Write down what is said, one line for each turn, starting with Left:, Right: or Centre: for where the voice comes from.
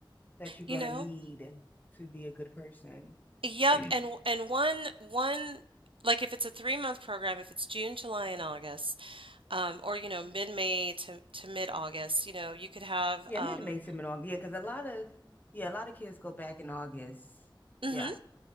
Left: that you're
Right: you
Left: gonna
Right: know
Left: need to be a good person. <clears throat>
Right: Yep, and and one one like if it's a three month program, if it's June, July, and August, um, or you know mid May to to mid August, you know you could have
Left: Yeah,
Right: um,
Left: mid to May time in August. Yeah, because a lot of yeah, a lot of kids go back in August. Yeah,
Right: mhm.